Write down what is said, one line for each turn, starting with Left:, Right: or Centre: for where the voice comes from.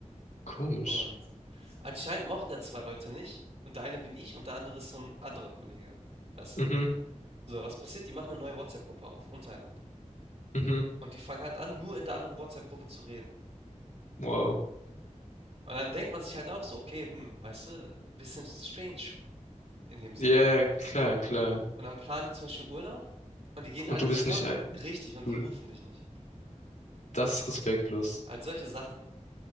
Left: Komisch.
Right: Und anscheinend mochte er zwei Leute nicht und der eine bin ich und der andere ist so ein anderer Kollege, weißt
Left: Mhm,
Right: du? So, was passiert? Die machen eine neue WhatsApp-Gruppe auf untereinander
Left: mhm.
Right: und die fangen halt an, nur in der anderen WhatsApp-Gruppe zu reden.
Left: Wow.
Right: Und dann denkt man sich halt auch so: „Okay, hm, weißt du, bisschen strange schon in dem Sinne.“
Left: Ja, ja, klar, klar.
Right: Und und dann planen die zum Beispiel Urlaub und die gehen
Left: Und
Right: alle
Left: du
Right: zusammen
Left: bist nicht ein,
Right: richtig, und
Left: du,
Right: die rufen dich nicht.
Left: das ist respektlos.
Right: Halt solche Sachen